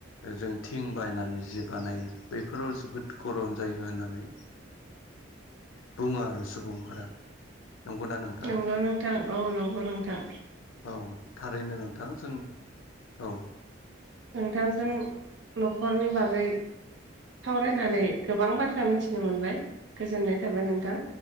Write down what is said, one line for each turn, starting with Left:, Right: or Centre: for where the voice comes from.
Left: जों थिं बायनानै जि बानायो बैफोराव जोबोद गरम। जायो होननानै बुङो आरो सुबुंफोरा। नंगौना नोंथां
Right: नंगौ नोंथां औ नंगौ नोंथां।
Left: औ थारैनो नोंथां जों औ।
Right: नोंथांजों न'खरनि बागै सावरायनानै गोबां बाथ्रा। मिथिनो मोनबाय गोजोननाय थाबाय नोंथां